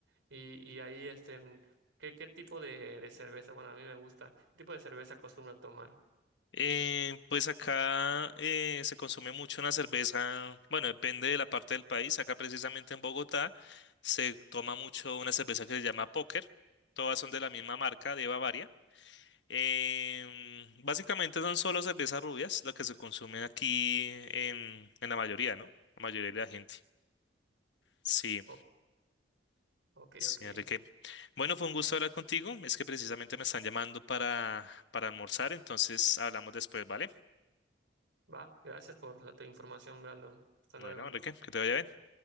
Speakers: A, on the right (about 85°); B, on the left (about 70°).
A: Y, y ahí, este, mm, ¿qué, qué tipo de, de cerveza? Bueno, a mí me gusta. ¿Qué tipo de cerveza acostumbra tomar?
B: Eh, pues acá eh, se consume mucho una cerveza, bueno, depende de la parte del país. Acá precisamente en Bogotá se toma mucho una cerveza que se llama Póker. Todas son de la misma marca, de Bavaria. Em, básicamente son solo cervezas rubias lo que se consume aquí en, en la mayoría, ¿no? La mayoría de la gente. Sí,
A: O- ok,
B: sí,
A: ok.
B: Enrique. Bueno, fue un gusto hablar contigo. Es que precisamente me están llamando para, para almorzar, entonces hablamos después, ¿vale?
A: Va, gracias por la te- información, Brandon. Hasta
B: Bueno,
A: luego.
B: Enrique, que te vaya bien.